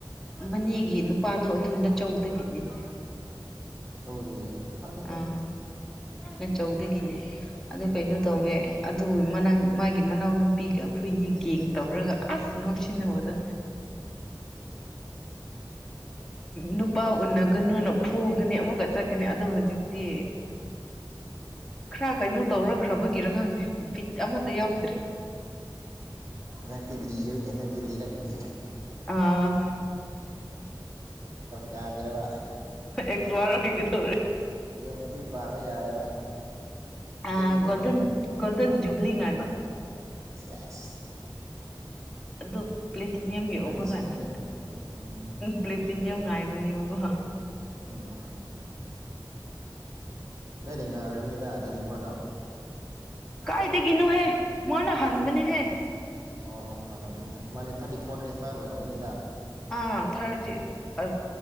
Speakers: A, in the centre; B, on the right (about 40°).
A: ꯃꯅꯤꯒꯤ ꯅꯨꯄꯥꯗꯣ ꯑꯗꯨ ꯅꯆꯧꯗꯒꯤꯅꯤꯅꯦ
B: ꯅꯆꯧꯗꯒꯤ ꯈꯪꯗꯦꯗ
A: ꯑꯥ
B: ꯑꯗꯨꯗꯤ
A: ꯆꯧꯗꯒꯤꯅꯤ ꯑꯗꯨ ꯀꯩꯅꯣ ꯇꯧꯋꯦ ꯑꯗꯨꯕ ꯃꯅꯥ ꯃꯥꯒꯤ ꯃꯅꯥꯎꯅꯨꯄꯤꯒ ꯑꯩꯈꯣꯏꯅꯤ ꯒꯦꯡ ꯇꯧꯔꯒ ꯑꯁ ꯉꯧꯁꯤꯟꯅꯕꯗꯣ
B: ꯆꯥꯁ
A: ꯅꯨꯄꯥ ꯎꯟꯅꯒꯅꯨꯅ ꯐꯨꯒꯅꯤ ꯑꯃꯨꯛꯀ ꯆꯠꯀꯅꯤ ꯑꯗꯣ ꯍꯧꯖꯤꯛꯇꯤ ꯈꯔ ꯀꯩꯅꯣ ꯇꯧꯔꯛꯈ꯭ꯔꯕꯒꯤꯔ ꯈꯪꯗꯦ ꯕꯤꯠ ꯑꯃꯠꯇ
B: ꯎꯝ
A: ꯌꯥꯎꯗ꯭ꯔꯦ
B: ꯍꯟꯗꯛꯇꯤ ꯂꯤꯔꯒꯤ ꯍꯟꯗꯛꯇꯤ ꯂꯤꯔꯛ ꯌꯦ
A: ꯑꯥ
B: ꯌꯥꯗꯕ
A: ꯑꯦꯁꯃꯔ ꯑꯣꯏꯒꯗꯧꯔꯦ
B: ꯌꯨꯝ ꯌꯨꯝ ꯄꯥꯟꯕ ꯌꯥꯔꯦꯕ ꯊꯦꯡꯉꯅꯤꯀꯣ
A: ꯑ ꯣꯜꯗꯟ ꯣꯜꯗꯟ ꯖꯨꯕꯂꯤ ꯉꯥꯏꯕ
B: ꯆꯁ
A: ꯑꯗꯨꯣ ꯄ꯭ꯂꯦꯇꯤꯅꯤꯌꯝ ꯌꯎꯧꯕ
B: ꯁꯣꯏꯅꯤꯀꯣ
A: ꯀꯥꯟꯗ
B: ꯎꯝ
A: ꯄ꯭ꯂꯦꯇꯤꯅꯤꯌꯝ ꯉꯥꯏ ꯃ ꯃꯒꯣ
B: ꯎꯝ ꯅꯣꯏ ꯂꯤꯡꯗꯥꯥꯏ ꯑꯣꯏꯔꯕꯝꯅꯤꯗ ꯅꯤꯄꯗꯣ
A: ꯀꯥꯏꯗꯒꯅꯨ ꯍꯦ ꯃꯅꯥ ꯍꯟꯃꯅꯤ ꯍꯦ
B: ꯑꯣ ꯑꯣ ꯍꯜꯂꯝꯕꯅꯤꯅ ꯃꯥꯗꯤ ꯊꯥꯔꯇꯤ ꯐꯣꯔ ꯊꯥꯔꯇꯤ ꯐꯥꯏꯚ ꯑꯣꯏꯔꯕꯝꯅꯤꯗꯥ
A: ꯑꯥ ꯊꯥꯔꯇꯤ ꯑ